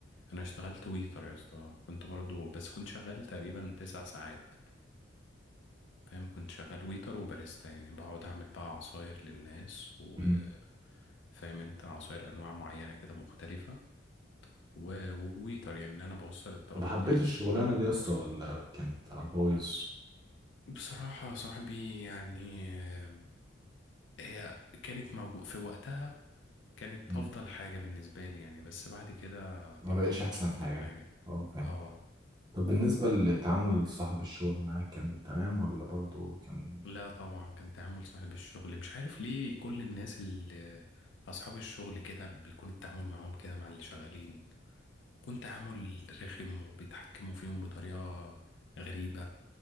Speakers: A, on the left; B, on the right.
A: انا اشتغلت ويتر يا اسطى كنت برضه بس كنت شغال تقريبا تسع ساعات فاهم كنت شغال ويتر وباريستا يعني بقعد اعمل بقى عصاير للناس و
B: مم.
A: فاهم انت عصاير انواع معينة كده مختلفة و- وويتر يعني إن أنا بوصل الطلبات
B: طب حبيت
A: دي للزبون
B: الشغلانة
A: وخلاص
B: دي يا اسطى ولا
A: يعني
B: كانت على البايظ
A: بصراحة يا صاحبي يعني آه، هي كانت موجود في وقتها كانت
B: مم.
A: أفضل حاجة بالنسبة لي يعني بس بعد كده طبعا
B: ما بقتش
A: مش
B: احسن
A: أفضل
B: حاجة
A: حاجة
B: اه فاهم
A: اه
B: طب بالنسبة لتعامل صاحب الشغل معاك كان تمام ولا برضو كان
A: لا طبعا كان تعامل صاحب الشغل مش عارف ليه كل الناس اللي أصحاب الشغل كده بيكون التعامل معاهم كده مع اللي شغالين يكون تعامل رخم وبيتحكموا فيهم بطريقة غريبة